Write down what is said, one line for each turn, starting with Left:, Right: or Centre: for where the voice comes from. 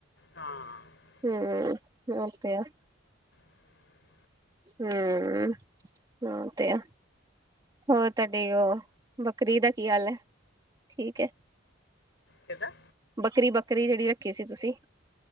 Left: ਹਾਂ
Right: ਹੂੰ
Left: ਤੇ,
Right: ਓ ਤੇ ਆ।
Left: ਹਮ।
Right: ਹੂੰ ਉਹ ਤੇ ਅ। ਹੋਰ ਤੁਹਾਡੀੇ ਉਹ ਬੱਕਰੀ ਦਾ ਕੀ ਹਾਲ ਹ, ਠੀਕ ਏ?
Left: ਕਿਹਦਾ?
Right: ਬੱਕਰੀ-ਬੱਕਰੀ ਜਿਹੜੀ ਰੱਖੀ ਸੀ ਤੁਸੀਂ?